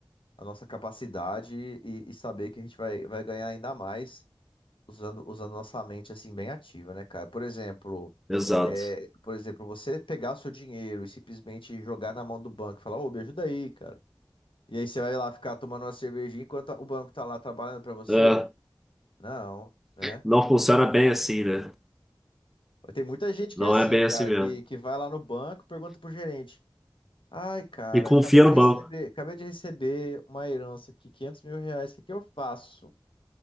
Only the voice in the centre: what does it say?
Exato.
É,
não funciona bem assim, né?
Não
é bem
assim mesmo.
E confia
no
banco.